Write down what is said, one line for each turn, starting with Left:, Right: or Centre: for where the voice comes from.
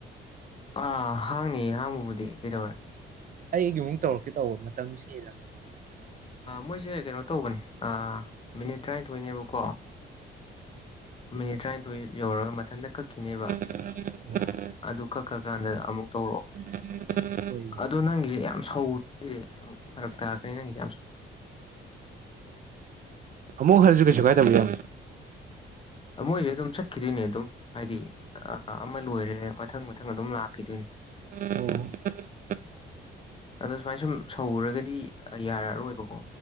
Left: ꯑꯥ ꯍꯥꯡꯅꯤꯌꯦ ꯍꯥꯡꯕꯕꯨꯗꯤ ꯀꯩꯗꯧꯔꯦ
Right: ꯑꯩꯒꯤ ꯑꯃꯨꯛ ꯇꯧꯔꯛꯀꯦ ꯇꯧꯕ ꯃꯇꯝꯁꯤꯍꯦꯜꯂꯝꯅꯤ
Left: ꯃꯣꯏꯁꯦ ꯀꯩꯅꯣ ꯇꯧꯕꯅꯦ ꯃꯤꯅꯤꯠ ꯇꯔꯥꯅꯤꯊꯣꯏꯅꯦꯕꯀꯣ ꯃꯤꯅꯤꯠ ꯇꯔꯥꯅꯤꯊꯣꯏ ꯌꯧꯔꯒ ꯃꯊꯟꯇ ꯀꯛꯈꯤꯅꯦꯕ
Right: <unintelligible>
Left: ꯑꯗꯨ ꯀꯛ ꯀ ꯀꯥꯟꯗ ꯑꯃꯨꯛ ꯇꯧꯔꯛꯑꯣ
Right: ꯍꫭꯏ
Left: ꯑꯗꯣ ꯅꯪꯒꯤꯁꯦ ꯌꯥꯝ ꯁꯧꯔꯦꯁꯦ ꯑꯃꯨꯛ ꯐꯔꯛ ꯇꯥꯔꯛꯀꯅꯤ ꯅꯪꯒꯤ
Right: ꯑꯃꯨꯛ ꯍꯟꯅꯁꯨ ꯀꯩꯁꯨ ꯀꯥꯏꯗꯧꯕ ꯌꯥꯝ
Left: ꯃꯣꯏꯁꯦ ꯑꯗꯨꯝ ꯆꯠꯈꯤꯗꯣꯏꯅꯦ ꯑꯗꯨꯝ ꯍꯥꯏꯗꯤ ꯑꯃ ꯂꯣꯏꯔꯦ ꯃꯊꯪ ꯃꯊꯪ ꯑꯗꯨꯝ ꯂꯥꯛꯈꯤꯗꯣꯏꯅꯦ
Right: <unintelligible>
Left: ꯑꯗꯣ ꯁꯨꯃꯥꯏ ꯁꯨꯝ ꯁꯧꯔꯒꯗꯤ ꯌꯥꯔꯛꯑꯔꯣꯏꯕꯀꯣ